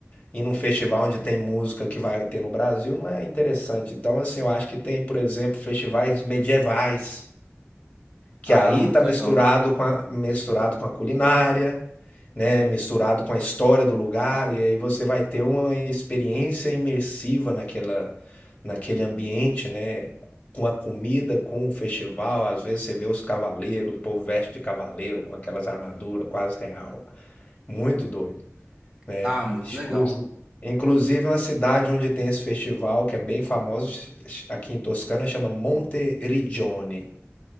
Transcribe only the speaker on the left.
ir num festival onde tem música que vai ter no Brasil não é interessante. Então, assim, eu acho que tem, por exemplo, festivais medievais, que
aí
tá misturado
com a, misturado com a culinária, né? Misturado com a história do lugar, e aí você vai ter uma experiência imersiva naquela, naquele ambiente, né? Com a comida, com o festival, às vezes você vê os cavaleiros, o povo veste de cavaleiro com aquelas armaduras quase real. Muito doido né?
Exclusi-
Inclusive uma cidade onde tem esse festival que é bem famoso ch- ch- aqui em Toscana chama Monteriggioni,